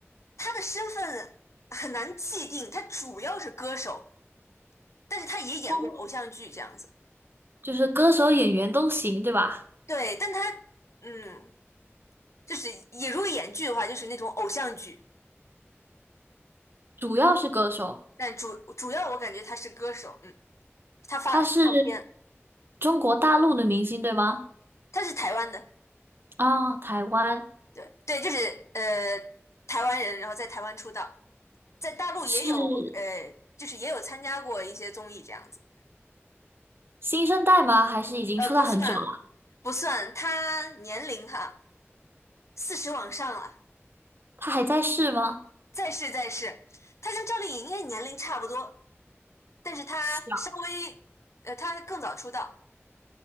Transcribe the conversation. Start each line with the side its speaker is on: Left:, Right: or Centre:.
Left: 她的身份很难界定，她主要是歌手，但是她也演过偶像剧这样子，
Right: 哦就是歌手、演员都行，对吧？
Left: 对，但她，嗯，就是也如果演剧的话，就是那种偶像剧，
Right: 主要是歌手，
Left: 但主主要我感觉她是歌手，嗯，她发发唱片。
Right: 他是中国大陆的明星，对吗？
Left: 他是台湾的，
Right: 啊、台湾
Left: 对对，就是呃台湾人，然后在台湾出道，在大陆也有呃，
Right: 是
Left: 就是也有参加过一些综艺这样子，
Right: 新生代吗？还是已经出道很久了？
Left: 呃，不算不算，他年龄哈四十往上了，
Right: 他还在世吗？
Left: 再是再是，他跟赵丽颖应该年龄差不多，但是他稍微呃他更早出道，
Right: 小